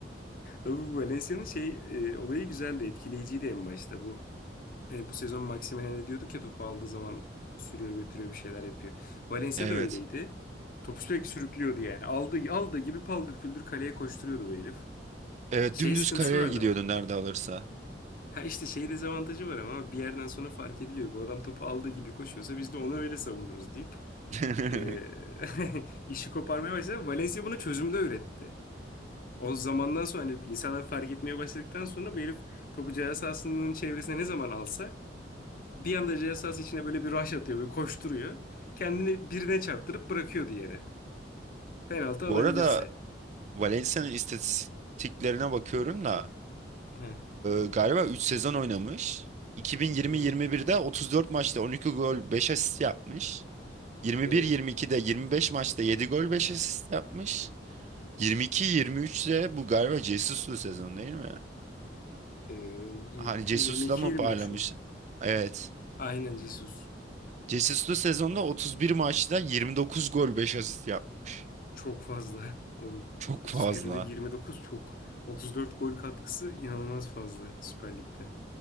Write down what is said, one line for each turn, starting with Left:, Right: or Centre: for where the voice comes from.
Left: Bu Valencia'nın şey e, olayı güzeldi. Etkileyiciydi en başta bu. Hani bu sezon Maximen'e diyorduk ya topu aldığı zaman sürüyor götürüyor bir şeyler yapıyor. Valencia
Right: Evet.
Left: da öyleydi. Topu sürekli sürüklüyordu yani. Aldığı, aldığı gibi paldır küldür kaleye koşturuyordu bu herif.
Right: Evet
Left: Şey
Right: dümdüz
Left: sıkıntısı
Right: kareye
Left: vardı
Right: gidiyordun
Left: ama.
Right: nerede alırsa.
Left: Ha işte şey dezavantajı var ama bir yerden sonra fark ediliyor. Bu adam topu aldığı gibi koşuyorsa biz de onu öyle savunuruz deyip
Right: <laughs>
Left: eee, <laughs> işi koparmaya başladı. Valencia bunu çözümde üretti. O zamandan sonra hani insanlar fark etmeye başladıktan sonra bu herif topu ceza sahasının çevresine ne zaman alsa Bir anda ceza sahası içine böyle bir rush atıyor ve koşturuyor. Kendini birine çarptırıp bırakıyordu yere. Penaltı alabilirse.
Right: Bu arada Valencia'nın istatistiklerine bakıyorum da
Left: He.
Right: e, galiba 3 sezon oynamış. 2020-21'de
Left: Hı hı.
Right: 34 maçta 12 gol 5 asist yapmış. 21-22'de
Left: Evet.
Right: 25 maçta 7 gol 5 asist yapmış. 22-23'de bu galiba Jesus'lu sezon değil mi?
Left: Ee, y-
Right: Hani Jesus'la
Left: 22-23
Right: mı parlamış?
Left: mü?
Right: Evet.
Left: Aynen Jesus.
Right: Jesus'lu sezonda 31 maçta 29 gol 5 asist yapmış.
Left: Çok fazla. <laughs> Oğlum,
Right: Çok
Left: 31'de
Right: fazla.
Left: 29 çok. 34 gol katkısı inanılmaz fazla Süper Lig'de.